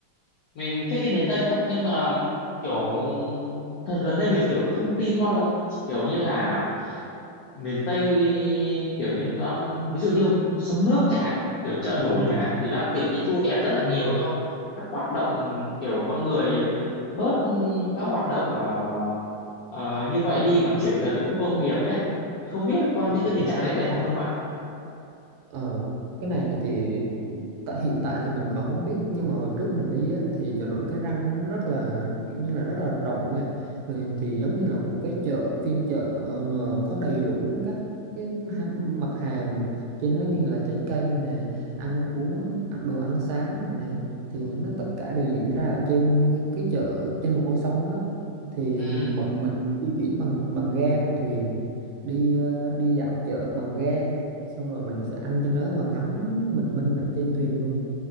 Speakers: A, on the left; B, on the right.
A: mình thích đi miền Tây lắm nhưng mà kiểu thần gần đây mình kiểu có thông tin lo kiểu như là miền Tây kiểu như nó đang ví dụ như sông nước chẳng hạn kiểu chợ nổi
B: ừ.
A: chẳng hạn thì đang kiểu bị thu hẹp rất là nhiều do các hoạt động kiểu con người kiểu bớt các hoạt động ở ờ, như vậy đi mà chuyển dần đến khu công nghiệp ấy thì không biết là còn
B: Wow.
A: những cái tình trạng đấy phải thật không bạn
B: Ờ, cái này thì tại hiện tại thì mình còn không biết nhưng mà hồi trước mình đi á, thì chợ nổi Cái Răng nó rất là kiểu như là rất là rộng nha ừ, thì giống như là một cái chợ phiên chợ mà có đầy đủ các cái ha- mặt hàng trên nó như là trái cây nè ăn uống à, đồ ăn sáng rồi nè thì nó tất cả đều diễn ra ở trên cái chợ trên một con sông đó đó thì
A: ừ,
B: bọn mình di chuyển bằng bằng ghe bằng thuyền đi ờ, đi dạo chợ bằng ghe xong rồi mình sẽ ăn trên đó và ngắm bình minh ở trên thuyền luôn